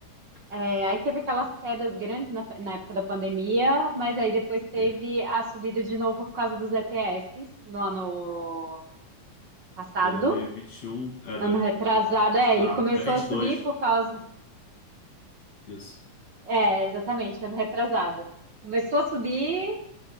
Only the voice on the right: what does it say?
é, aí teve aquelas quedas grandes na, na época da pandemia, mas aí depois teve
a subida de novo por causa dos ETFs no ano passado.
Ano retrasado,
é,
ele começou
a subir
por causa.
É, exatamente, ano retrasado. Começou a subir